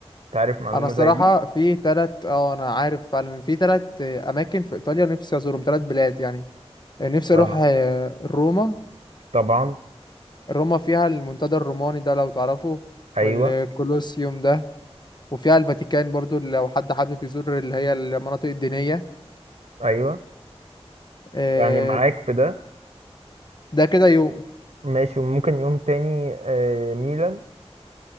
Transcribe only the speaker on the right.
تعرف معلومه
زي دي
اه
طبعا
ايوه
ايوه
يعني معاك في ده
وماشي وممكن يوم تاني آه، ميلان